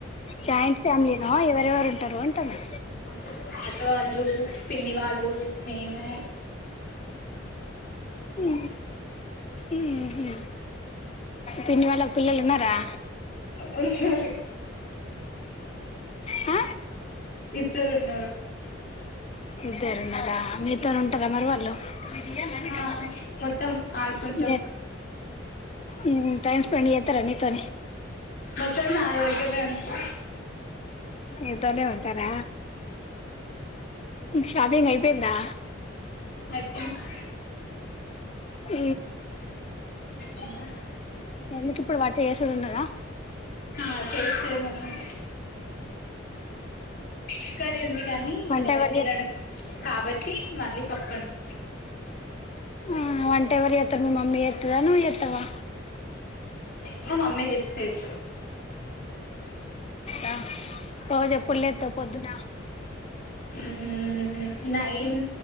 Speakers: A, on the left; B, on the left.
A: జాయింట్ ఫ్యామిలీనా ఎవరెవరు ఉంటారు అంటూనా
B: అమ్మ తాత వాళ్ళు పిన్ని వాళ్ళు మేము
A: ఉ ఉహు పిన్ని వాళ్లకి పిల్లలు ఉన్నారా
B: అహా
A: ఆ
B: ఇద్దరు ఉన్నారు
A: ఇద్దరు ఉన్నారా మీతోనే ఉంటారా మరి వాళ్ళు వి డియాన్లు అని
B: ఆ
A: చేపలే
B: మొత్తం
A: ఫాలే
B: ఆడుకుంటాం
A: నే ఉమ్ టైమ్ స్పెండ్ చేస్తారా నితోని
B: మొత్తం నాలుగు వందలే అనుకో
A: నీతోనే ఉంటారా షాపింగ్ అయిపోయిందా
B: అయిపోయింది
A: ఉ
B: ఎలా
A: ఎందుకు ఇప్పుడు వాటి చేస్తుదిన్నదా
B: ఆ చేస్తుది మళ్ళీ ఫిష్ కర్రీ ఉంది గానీ మా
A: వంట
B: డాడీ
A: ఎవరు
B: తినడు
A: చే
B: కాబట్టి మళ్ళీ పప్పండి
A: ఉ వంట ఎవరు చేతరు మీ మమ్మీ చేతదా నువ్వు చేతవా
B: మా మమ్మీ చేస్తాయి ఇప్పుడు
A: అ రోజు ఎప్పుడు లేతవ్ పొద్దున్న
B: ఉమ్ నైన్